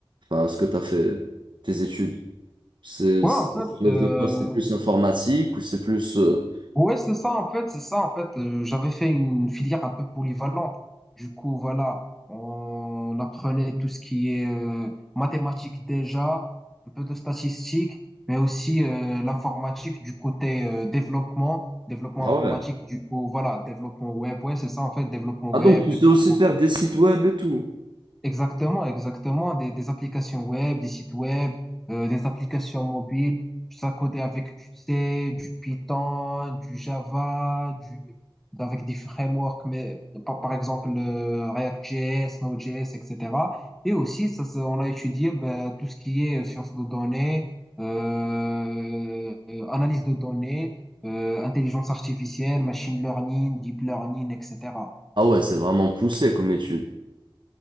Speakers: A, on the right; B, in the centre.
A: Enfin, ce que t'as fait, tes études? C'est,
B: Ouais,
A: ça
B: en fait,
A: relève
B: euh,
A: de quoi? C'est plus informatique ou c'est plus... euh,
B: ouais, c'est ça, en fait, c'est ça, en fait. euh, j'avais fait une filière un peu polyvalente. Du coup, voilà, on apprenait tout ce qui est euh, mathématiques déjà, un peu de statistiques, mais aussi euh, l'informatique du côté euh, développement, développement
A: Ah
B: informatique,
A: ouais.
B: du coup, voilà, développement web. Ouais, c'est ça, en fait, développement
A: Ah
B: web,
A: donc tu
B: développement
A: sais aussi faire des sites web et tout.
B: Exactement, exactement. Des, des applications web, des sites web, euh, des applications mobiles. Ça codé avec du C, du Python, du Java, du, avec des frameworks, mais par, par exemple euh, React.js, Node.js, etc. Et aussi, ça, ça, on a étudié ben, tout ce qui est euh, sciences de données, euh, euh, analyse de données, euh, intelligence artificielle, machine learning, deep learning, etc.
A: Ah ouais, c'est vraiment poussé comme étude.